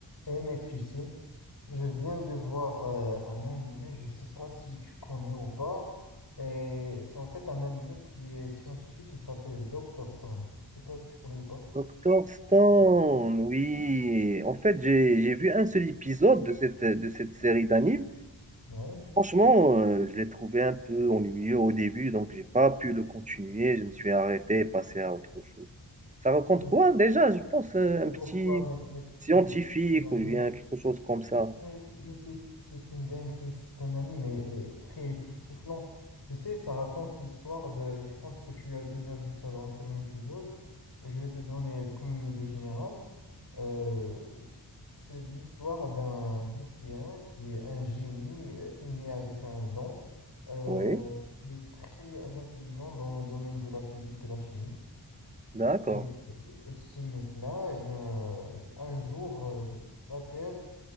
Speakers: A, on the left; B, on the right.
A: Eh mec, tu sais, je viens de voir euh, un animé, je sais pas si tu connais ou pas, mais c'est en fait un animé qui est scientifique qui s'appelle Doctor Stone. Je sais pas si tu connais ou pas.
B: Doctor Stone, oui. En fait, j'ai j'ai vu un seul épisode de cette, de cette série d'anime.
A: Ouais.
B: Franchement, euh, je l'ai trouvé un peu ennuyeux au début, donc j'ai pas pu le continuer. Je me suis arrêté et passé à autre chose. Ça raconte
A: <laughs>
B: quoi déjà? Je pense euh,
A: Je sais
B: un petit
A: pourquoi, mec, mais c'était
B: scientifique
A: c'est un anime.
B: ou bien quelque chose comme ça.
A: Mais, mais c'est c'est une dinguerie, c'est un anime mais, mais très époustouflant. Je sais, ça raconte l'histoire de... Je pense que tu as déjà vu ça dans le premier épisode, mais je vais te donner le communiqué général. Euh, c'est l'histoire d'un lycéen qui est un génie euh, inné avec un don, euh,
B: Oui,
A: qui est très intelligent dans le domaine de la physique et la chimie.
B: d'accord.
A: Et, et ce mec-là, eh bien, un jour, euh, la Terre...